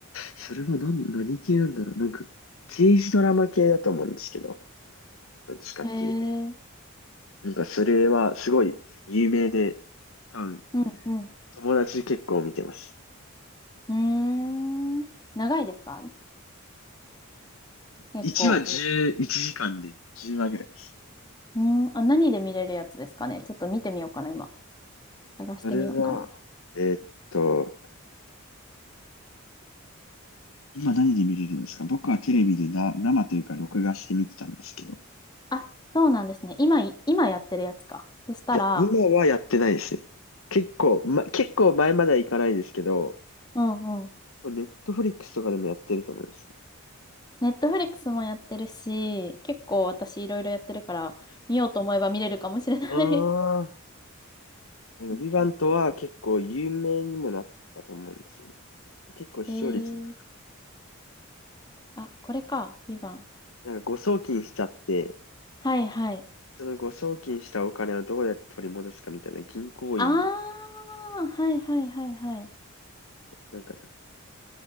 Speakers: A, on the left; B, on the left.
A: それは何、何系なんだろう。なんか、刑事ドラマ系だと思うんですけど、どっちかっていうと。
B: へえ、
A: なんか、それはすごい有名で、多分、
B: うん、うん。
A: 友達結構見てます。
B: うーん、長いですか結構。
A: い1話11時間で10話ぐらいです。
B: うん、あ、何で見れるやつですかね。ちょっと見てみようかな、今。探してみようかな。
A: それは、えーっと、今何で見れるんですか僕はテレビでな、生というか録画して見てたんですけど。
B: あ、そうなんですね。今い、今やってるやつか。そしたら、
A: いや、今はやってないですね。結構、ま、結構前まではいかないですけど、
B: うんうん。
A: ネットフリックスとかでもやってると思います。
B: ネットフリックスもやってるし、結構私いろいろやってるから、見ようと思えば見れるかもしれない
A: ああ、
B: <laughs>
A: なんか、
B: うん
A: ヴィヴァントは結構有名にもなったと思うんですよ。結構視聴率も、
B: えー、あ、これか。ビバン。
A: なんか誤送金しちゃって、
B: はいはい。
A: その誤送金したお金をどうやって取り戻すかみたいな銀行員、
B: あー、はいはいはいはい。
A: なんか、